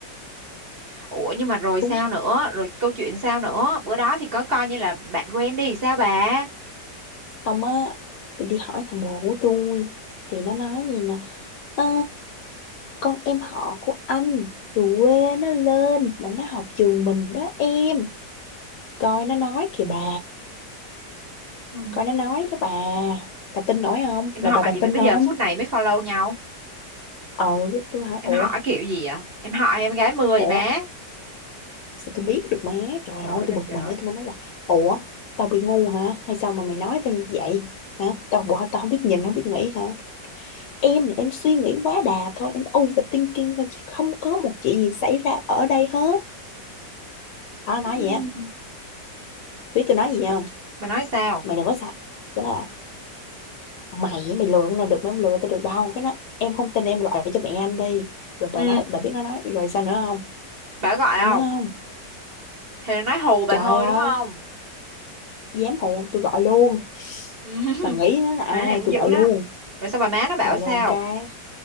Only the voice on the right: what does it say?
Ủa nhưng mà rồi
sao nữa? Rồi câu chuyện sao nữa? Bữa đó thì có coi như là bạn quen đi sao bà?
Ừ.
Em họ
gì mà
tới
giờ phút này mới follow nhau?
Em
họ kiểu gì vậy? Em họ em gái mưa vậy
má?
Trời ơi là
trời.
<laughs> Ừ.
Bà nói sao?
Ừ.
Bà có gọi
không?
Hay là nói hù bà
thôi
đúng không?
Ừ. <laughs>
Má này cũng
dữ
đó. Rồi sao bà má nó bảo
sao?